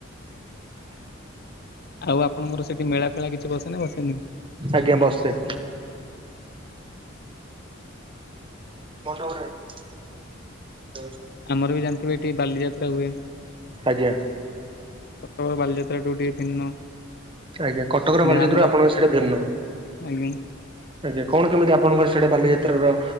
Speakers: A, on the left; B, on the right.
A: ଆଉ ଆପଣଙ୍କର ସେଠିମେଳା ଫେଳା କିଛି ବସେନା ବସେନି?
B: ଆଜ୍ଞା ବସେ। <unintelligible>
A: ଆମରବି ଜାଣିଥିବେ ଏଠି ବାଲିଯାତ୍ରା ହୁଏ।
B: ଆଜ୍ଞା।
A: କଟକରେ ବାଲିଯାତ୍ରାଠୁ ଟିକେ ଭିନ୍ନ
B: ଆଜ୍ଞା କଟକର ବାଲଚାତ୍ରରୁ
A: ଯାହା ଆମର
B: ଆପଣଙ୍କ ସେଠି ଭିନ୍ନ।
A: ଆଜ୍ଞା
B: ଆଜ୍ଞା କଣ କେମିତି ଆପଣଙ୍କର ସେଟା ବାଲିଯାତ୍ରାର